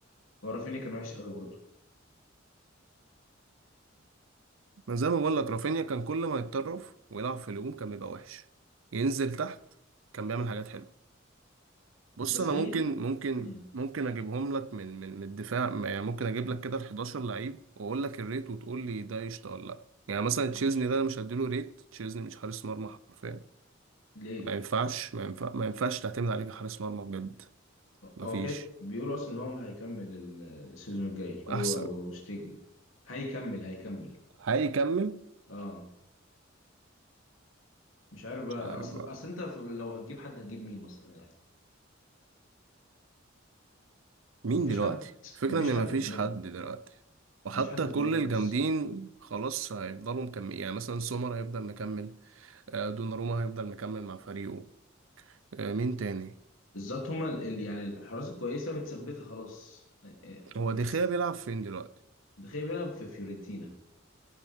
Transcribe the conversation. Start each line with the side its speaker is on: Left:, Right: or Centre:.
Left: هو رافينيا كان وحش قوي برضه
Right: ما زي ما بقول لك رافينيا كان كل ما يتطرف ويلعب في الهجوم كان بيبقى وحش ينزل تحت كان بيعمل حاجات حلوه بص
Left: بس
Right: انا
Left: ليه
Right: ممكن ممكن
Left: مم.
Right: ممكن اجيبهم لك من من من الدفاع يعني ممكن اجيب لك كده ال 11 لعيب واقول لك الريت وتقول لي ده قشطه ولا لا يعني مثلا
Left: مش
Right: تشيزني ده انا مش هديله ريت تشيزني مش حارس مرمى حرفيا
Left: ليه
Right: ما ينفعش ما ينفع ما ينفعش تعتمد عليه كحارس مرمى بجد ما
Left: هو
Right: فيش
Left: كده بيقولوا اصلا ان هو هيكمل ال- السيزون الجاي هو
Right: احسن
Left: وشتيجن هيكمل هيكمل
Right: هيكمل
Left: اه مش عارف بقى
Right: مش عارف
Left: اصل
Right: بقى
Left: اصل انت في- لو هتجيب حد هتجيب مين مثلا يعني
Right: مين
Left: مفيش
Right: دلوقتي
Left: حد
Right: الفكرة
Left: مفيش
Right: ان
Left: حد
Right: مفيش
Left: في دماغي
Right: حد دلوقتي وحتى
Left: مفيش حد في
Right: كل
Left: دماغي خالص
Right: الجامدين خلاص هيفضلوا مكمل يعني مثلا سومر هيفضل مكمل آه، دوناروما هيفضل مكمل مع فريقه آه، مين تاني
Left: بالظبط هما ال- ال- يعني الحراس الكويسه متثبته خلاص آه، آه،
Right: هو
Left: انت
Right: دخيا
Left: س-
Right: بيلعب فين دلوقتي
Left: تخيل بيلعب في فيورنتينا